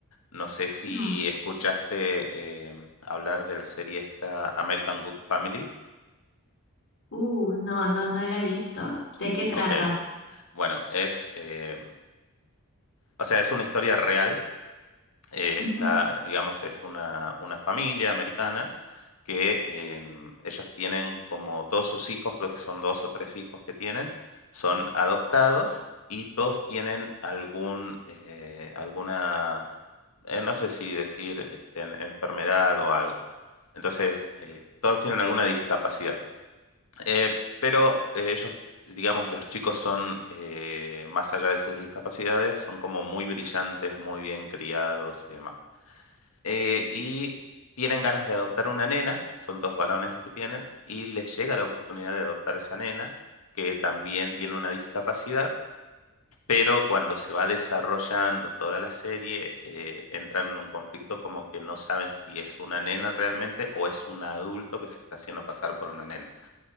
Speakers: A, on the left (about 75°); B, on the left (about 60°).
A: No sé si
B: Mm.
A: escuchaste eh, hablar de la serie esta American Good Family.
B: Uh, no, no, no la he visto. ¿De qué trata?
A: Ok. Bueno, es, eh, o sea, es una historia real eh,
B: Ujú.
A: está, digamos, es una, una familia americana que em, ellos tienen como todos sus hijos, creo que son dos o tres hijos que tienen, son adoptados y todos tienen algún, eh, alguna, eh, no sé si decir este, en- enfermedad o algo. Entonces, eh, todos tienen alguna discapacidad. Eh, pero eh, ellos, digamos, los chicos son, eh, más allá de sus discapacidades, son como muy brillantes, muy bien criados y demás eh, y tienen ganas de adoptar una nena, son dos varones los que tienen, y les llega la oportunidad de adoptar esa nena, que también tiene una discapacidad, pero cuando se va desarrollando toda la serie, eh, entran en un conflicto como que no saben si es una nena realmente o es un adulto que se está haciendo pasar por una nena.